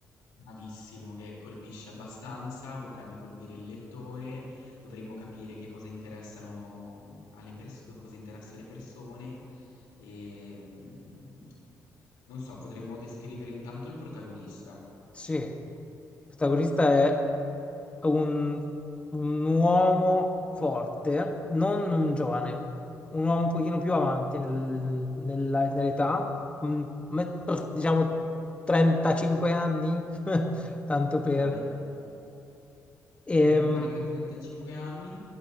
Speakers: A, on the left; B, on the left.
A: Bravissimo, che colpisce abbastanza, potrebbe colpire il lettore, dovremmo capire che cosa interessano mhmm, alle persone, cosa interessa alle persone e mm, non so, potremmo descrivere intanto il protagonista,
B: Sì, il protagonista è un, un uomo forte, non un giovane, un uomo un pochino più avanti nel- nella- nell'età, mm, met- diciamo 35 anni, <laughs> tanto
A: ok?
B: per...
A: Potremmo
B: Ehm,
A: fare che ha 35 anni,